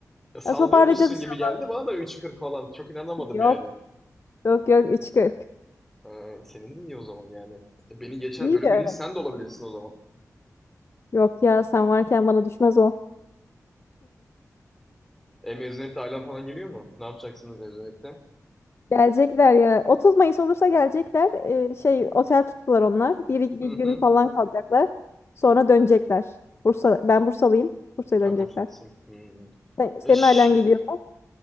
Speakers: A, in the centre; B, on the left.
A: Ya sallıyor
B: Ya toparlayacağız
A: musun gibi
B: inşallah.
A: geldi bana da 3.40 falan. Çok inanamadım
B: Yok
A: yani.
B: yok yok 3.40.
A: Ha, senin de iyi o zaman yani. İşte Beni geçer
B: İyi
A: bölüm
B: bir ara.
A: birincisi sen de olabilirsin o zaman.
B: Yok ya sen varken bana düşmez o.
A: E mezuniyette ailen falan geliyor mu? Ne yapacaksınız mezuniyette?
B: Gelecekler ya. 30 Mayıs olursa gelecekler. Ee, şey otel tuttular onlar. Bir,
A: Hı
B: bir gün
A: hı.
B: falan kalacaklar. Sonra dönecekler. Bursa, ben Bursalıyım. Bursa'ya
A: Ha
B: dönecekler.
A: Bursalısın. Hı hı.
B: Sen- senin
A: E, şş,
B: ailen geliyor mu?